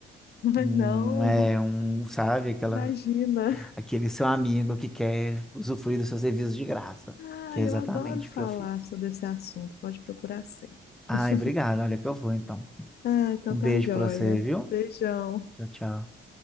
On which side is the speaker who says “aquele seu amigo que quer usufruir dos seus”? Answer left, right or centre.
Centre